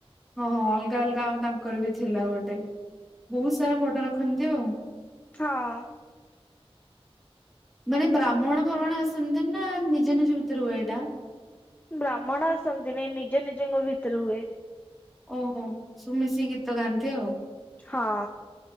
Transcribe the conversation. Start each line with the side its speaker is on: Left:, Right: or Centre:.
Centre: ହଁ ହଁ ଅଲଗା ଅଲଗା ଆଉ ତାଙ୍କର ବି ଥିଲା ଗୋଟେ ବହୁତ ସାରା ଫୋଟ ରଖନ୍ତି ଆଉ
Left: ହଁଅ
Centre: ମାନେ ବ୍ରାହ୍ମଣ ଫ୍ରାବ୍ହ୍ମଣ ଆସନ୍ତି ନା ନିଜ ନିଜ ଭିତରେ ହୁଏ ଏଇଟା
Left: ବ୍ରାହ୍ମଣ ଆସନ୍ତି ନି ନିଜ ନିଜଙ୍କ ଭିତରେ ହୁଏ
Centre: ଓହୋ ସବୁ ମିଶିକି ଗୀତ ଗାନ୍ତି ତି ଅଉ
Left: ହଁ